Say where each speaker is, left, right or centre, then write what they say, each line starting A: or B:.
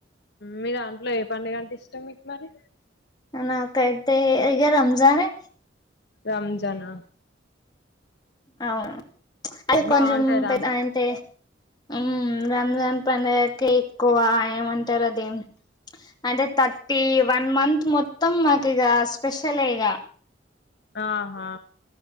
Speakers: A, on the left; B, on the left.
A: మీ దాంట్లో ఏ పండుగ అంటే ఇష్టం మీక్ మరి
B: నాకైతే ఇగ రంజానే
A: రంజానా
B: అవును అది కొంజెం
A: బాగుంటాయి రంజాన్
B: పెద్ అయింతే ఉమ్ రంజాన్ పండగకే ఎక్కువ ఏమంటరు అదిమ్ అంటే థర్టీ వన్ మంత్ మొత్తం మాకు ఇగా స్పెషలే ఇగా
A: ఆహా